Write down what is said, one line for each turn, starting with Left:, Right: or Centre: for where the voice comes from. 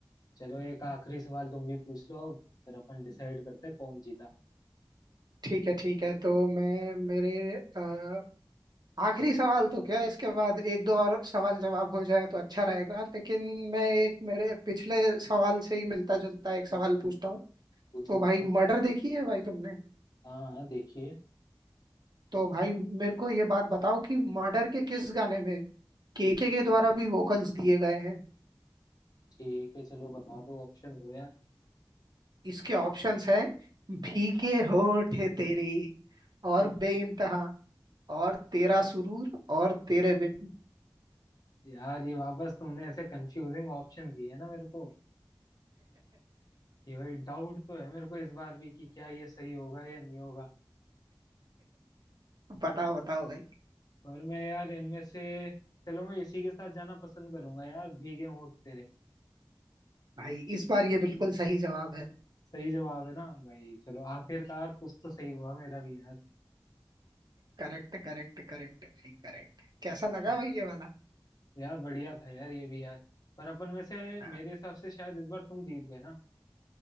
Left: चलो एक आखिरी सवाल तुम भी पूछ लो अब फिर अपन डिसाइड करते हैं कौन जीता
Right: ठीक है ठीक है तो मैं मेरे अ, आखिरी सवाल तो क्या इसके बाद एक दो और सवाल जवाब हो जाए तो अच्छा रहेगा लेकिन मैं एक मेरे पिछले सवाल से ही मिलता जुलता एक सवाल पूछता हूँ
Left: पूछो
Right: तो भाई
Left: पूछो
Right: मर्डर देखी है भाई तुमने
Left: हाँ हाँ देखिए
Right: तो भाई मेरे को ये बात बताओ कि मर्डर के किस गाने में केके के द्वारा भी वोकल्स दिए गए हैं
Left: ठीक है चलो बता दो ऑप्शन दो यार
Right: इसके ऑप्शंस हैं भीगे होठ तेरे और
Left: हम्म,
Right: बेइंतहा
Left: हम्म।
Right: और तेरा सुरूर और तेरे बिन
Left: यार ये वापस तुमने ऐसे कंफ्यूजिंग ऑप्शन दिए है ना मेरे को कि भाई डाउट तो है मेरे को इस बार भी कि क्या ये सही होगा या नहीं होगा
Right: बताओ बताओ भाई
Left: पर मैं यार इनमें से चलो मैं इसी के साथ जाना पसंद करूंगा यार भीगे होंठ तेरे
Right: भाई इस बार ये बिल्कुल सही जवाब है
Left: सही जवाब है ना भाई चलो आखिरकार कुछ तो सही हुआ मेरा भी यार
Right: करेक्ट करेक्ट करेक्ट भाई करेक्ट कैसा लगा
Left: चलो
Right: भाई ये वाला
Left: यार बढ़िया था यार ये भी यार पर अपन में से
Right: हाँ
Left: मेरे हिसाब से शायद इस बार तुम जीत गए ना